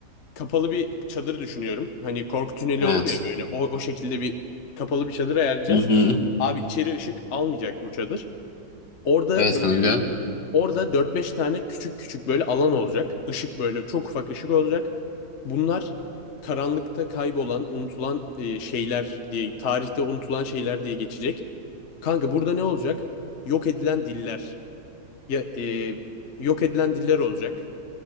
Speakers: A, on the left (about 50°); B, on the left (about 70°).
A: Kapalı bir çadır düşünüyorum. Hani korku tüneli
B: Evet.
A: olur ya böyle o, o şekilde bir kapalı bir çadır ayarlayacağız.
B: Hı hı.
A: Abi içeri ışık almayacak bu çadır. Orada
B: Evet
A: böyle
B: kanka.
A: orada dört beş tane küçük küçük böyle alan olacak. Işık böyle çok ufak ışık olacak. Bunlar karanlıkta kaybolan, unutulan e, şeyler diye, tarihte unutulan şeyler diye geçecek. Kanka burada ne olacak? Yok edilen diller. Ya, e, yok edilen diller olacak.